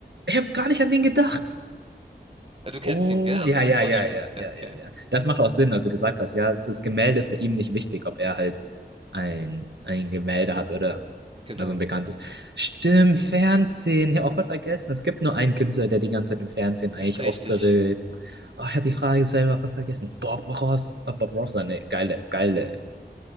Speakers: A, on the right (about 70°); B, on the right (about 30°).
A: Ich habe gar nicht an den gedacht.
B: Ja, Du
A: Oh,
B: kennst ihn, gell? Also
A: ja, ja,
B: das war
A: ja,
B: schon,
A: ja, ja,
B: ja, okay,
A: ja, ja. Das macht auch Sinn, als du gesagt hast, ja, das Gemälde ist bei ihm nicht wichtig, ob er halt ein, ein Gemälde hat oder
B: genau.
A: also ein bekanntes. Stimmt, Fernsehen. Ich habe auch voll vergessen. Es gibt nur einen Künstler, der die ganze Zeit im Fernsehen eigentlich
B: Richtig.
A: auftritt. Oh, ich habe die Frage selber voll vergessen. Bob Ross. Oh, Bob Ross, eine geile, geile,